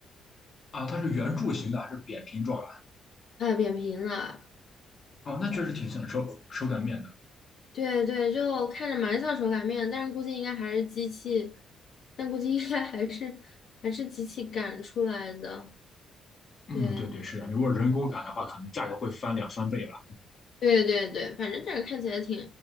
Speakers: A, on the left (about 40°); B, on the left (about 60°).
A: 啊，它是圆柱形的还是扁平状
B: 哎、扁平的，
A: 的？哦，那确实挺像手手擀面的。
B: 对对，就看着蛮像手擀面，但是估计应该还是机器，但估计应该还是还是机器擀出来的，
A: 嗯，
B: 对。
A: 对对，是啊，如果人工擀的话，可能价格会翻两三倍吧。
B: 对对对，反正但是看起来挺